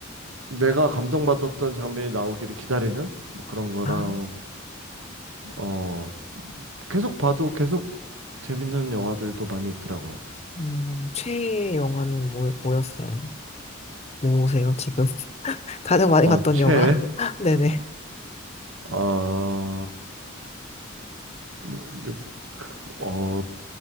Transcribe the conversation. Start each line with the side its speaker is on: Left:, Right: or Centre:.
Right: 내가 감동받았던 장면이 나오기를 기다리는 뭐 그런 거랑
Left: 아,
Right: 어, 계속 봐도 계속 재밌는 영화들도 많이 있더라고요.
Left: 음, 최애 영화는 뭐, 뭐였어요? 뭐세요, 지금? <laughs> 가장 많이
Right: 어,
Left: 봤던
Right: 최,
Left: 영화? <laughs> 네네.
Right: 어, 누- 누- 그, 어,